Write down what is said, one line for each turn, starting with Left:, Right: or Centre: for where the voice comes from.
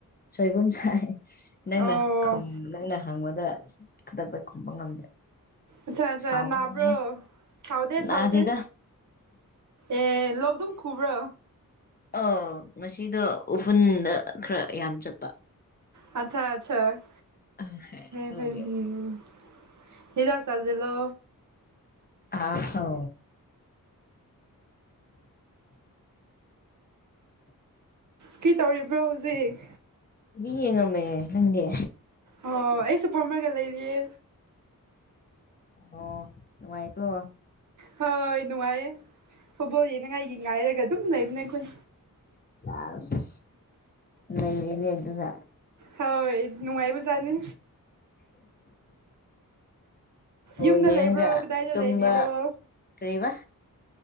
Left: ꯁꯣꯏꯕꯨꯝ ꯁꯥꯏ ꯅꯪꯅ
Right: ꯑꯣ
Left: ꯅꯪꯅ ꯍꯪꯕꯗ ꯈꯨꯗꯛꯇ ꯈꯨꯝꯕ ꯉꯝꯗ꯭ꯔꯦ
Right: ꯑꯆꯥ ꯑꯆꯥ
Left: ꯁꯥꯎꯒꯅꯨꯍꯦ
Right: ꯅꯅꯥꯕ꯭ꯔꯣ ꯈꯥꯎꯗꯦ
Left: ꯅꯥꯗꯦꯗ
Right: ꯁꯥꯎꯗꯦ ꯑꯦ ꯂꯧ ꯑꯗꯨꯝ ꯈꯕ꯭ꯔꯣ
Left: ꯑ ꯉꯁꯤꯗꯣ ꯎꯐꯨꯟꯗ ꯈꯔ ꯌꯥꯝ ꯆꯠꯄ
Right: ꯑꯆꯥ ꯑꯆꯥ
Left: ꯑꯗꯨꯒꯤ
Right: ꯐ ꯎꯝ ꯀꯗꯥꯛ ꯆꯂꯖꯂꯣ
Left: ꯑ ꯍꯣ
Right: ꯀꯤ ꯇꯧꯔꯤꯕ꯭ꯔꯣ ꯍꯧꯖꯤꯛ
Left: ꯌꯦꯡꯉꯝꯃꯦ ꯅꯪꯗꯤ
Right: ꯑꯣ ꯑꯩꯁꯨ ꯐꯝꯃꯔꯒ ꯂꯩꯔꯤꯌꯦ
Left: ꯑꯣ ꯅꯨꯡꯉꯥꯏꯀꯣ
Right: ꯍꯣꯏ ꯅꯨꯡꯉꯥꯏꯌꯦ ꯐꯨꯠꯕꯣꯜ ꯌꯦꯡꯅꯤꯡꯉꯥꯏꯒꯤ ꯉꯥꯏꯔꯒ ꯑꯗꯨꯝ ꯂꯩꯕꯅꯦ ꯑꯩꯈꯣꯏ
Left: ꯑꯁ ꯅꯩꯔꯅꯦ ꯑꯗꯨꯅ
Right: ꯍꯣꯏ ꯅꯨꯡꯉꯥꯏꯕꯖꯅꯤ
Left: ꯑꯣ
Right: ꯌꯨꯝꯗ
Left: ꯌꯦꯒ
Right: ꯂꯩꯕ꯭ꯔꯣ ꯀꯗꯥꯏꯗ
Left: ꯇꯨꯝꯕ
Right: ꯂꯩꯕꯤꯕ꯭ꯔꯣ
Left: ꯇ꯭ꯩ ꯋꯥ